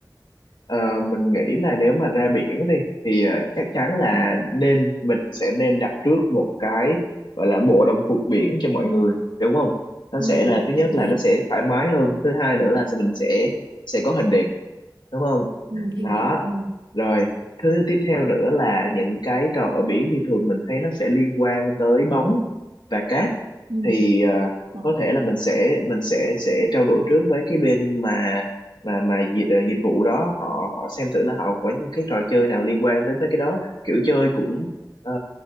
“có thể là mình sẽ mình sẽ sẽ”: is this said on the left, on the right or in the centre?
Left